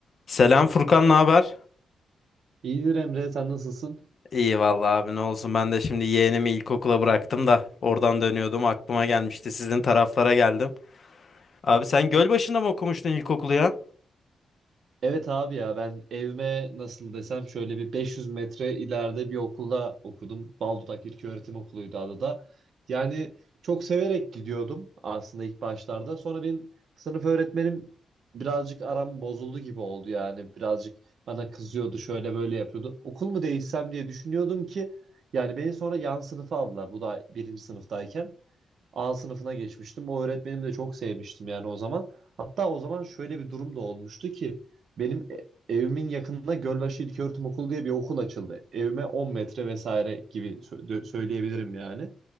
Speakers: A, on the left (about 50°); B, on the right (about 65°).
A: Selam Furkan, ne haber?
B: İyidir Emre, sen nasılsın?
A: İyi vallahi abi ne olsun ben de şimdi yeğenimi ilkokula bıraktım da oradan dönüyordum aklıma gelmişti sizin taraflara geldim. Abi sen Gölbaşı'nda mı okumuştun ilkokulu ya?
B: Evet abi ya ben evime nasıl desem şöyle bir 500 metre ileride bir okulda okudum. Baldudak İlköğretim Okulu'ydu adı da. Yani çok severek gidiyordum aslında ilk başlarda. Sonra benim sınıf öğretmenim birazcık aram bozuldu gibi oldu yani. Birazcık bana kızıyordu, şöyle böyle yapıyordu. Okul mu değişsem diye düşünüyordum ki yani beni sonra yan sınıfa aldılar. Bu da birinci sınıftayken. A sınıfına geçmiştim. O öğretmenimi de çok sevmiştim yani o zaman. Hatta o zaman şöyle bir durum da olmuştu ki benim e- evimin yakınında Gölbaşı İlköğretim Okulu diye bir okul açıldı. Evime 10 metre vesaire gibi sö- dö- söyleyebilirim yani.